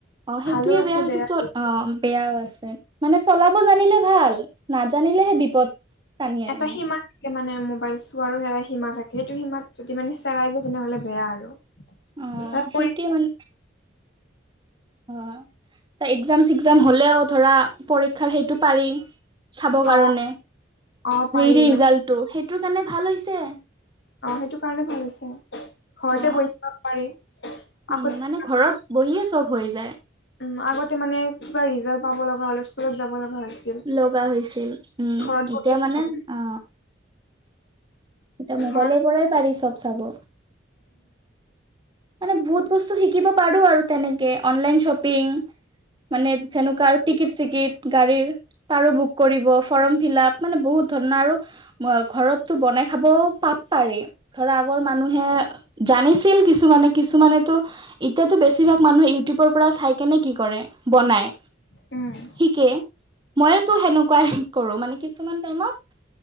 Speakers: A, on the right (about 25°); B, on the left (about 65°).
A: অ, সেইটোয়ে
B: ভালো আছে
A: বেয়া হৈছে
B: বেয়াটো
A: চব আ, বেয়াও আছে। মানে চলাব জানিলে ভাল নাজানিলেহে বিপদ টানি
B: এটা
A: আনে।
B: সীমা মানে মোবাইল চোৱাৰো এটা সীমা থাকে সেইটো সীমাত যদি মানে চেৰাই যায় তেনেহলে বেয়া আৰু
A: অ',
B: এটা
A: সেইটোয়ে
B: পৰি
A: মান অ', এক্সাম চেক্সাম হলেও ধৰা পৰীক্ষাৰ সেইটো পাৰি। চাব কাৰণে
B: অ অ পাৰি
A: ৰি ৰিজাল্টটো
B: মানে
A: সেইটোৰ কাৰণে ভাল হৈছে।
B: অ', সেইটো কাৰণে ভাল হৈছে ঘৰতে
A: অ
B: বহি চাব পাৰি
A: উম
B: আগত
A: মানে ঘৰত বহিয়ে চব হৈ যায়।
B: উম, আগতে মানে কিবা ৰিজাল্ট পাব লগা হ'লে স্কুলত যাব লগা হৈছিল।
A: লগা হৈছিল উম,
B: ঘৰত
A: এতিয়া
B: বহিয়ে
A: মানে
B: চাব
A: অ এতিয়া মোবাইলৰ
B: ঘৰত
A: পৰাই পাৰি চব চাব। মানে বহুত বস্তু শিকিব পাৰো আৰু তেনেকে অনলাইন শ্বপিং মানে যেনেকুৱা আৰু টিকিট চিকিট গাড়ীৰ পাৰো বুক কৰিব ফৰ্ম ফিলাপ মানে বহুত ধৰণা আৰু ঘৰতটো বনাই খাব পাব পাৰি। ধৰা আগৰ মানুহে জানিছিল কিছুমানে কিছুমানেতো এতিয়াতো বেছিভাগ মানুহে ইউটিউবৰ পৰা চাই কেনে কি কৰে বনায়।
B: সেই
A: শিকে ময়োতো সেনেকুৱাই কৰো মানে কিছুমান টাইমত